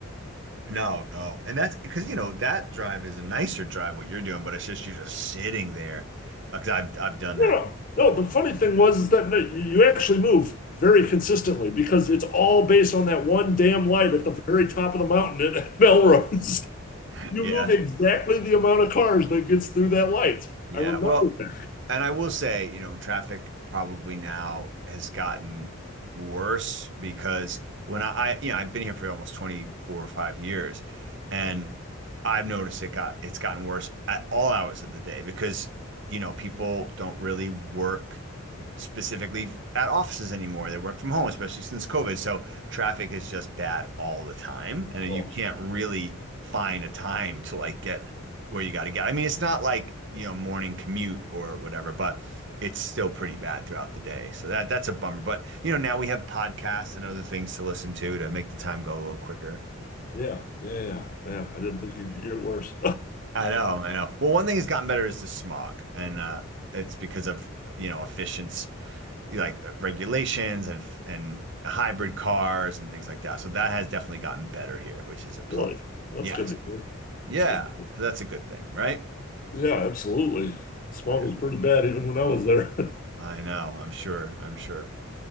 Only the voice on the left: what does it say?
no,
no. No, the funny thing was is that no, you actually move very consistently because it's all based on that one damn light at the very top of the mountain at <laughs> Melrose.
you
move exactly the amount of cars that gets through that light.
I remember
that.
Oh,
yeah, yeah, yeah, man. I didn't think it could get worse.
<laughs>
really, Well,
that's good to hear.
That's good.
Yeah, absolutely. Smog
was pretty bad even when I was there.